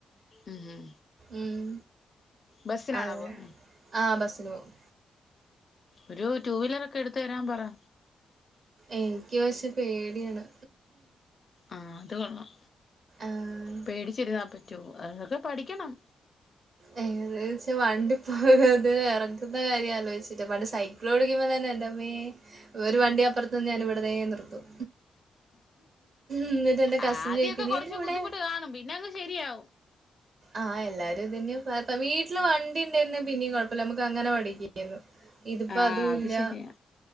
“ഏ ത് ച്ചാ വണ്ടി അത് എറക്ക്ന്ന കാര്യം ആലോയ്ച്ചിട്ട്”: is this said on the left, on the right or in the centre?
Right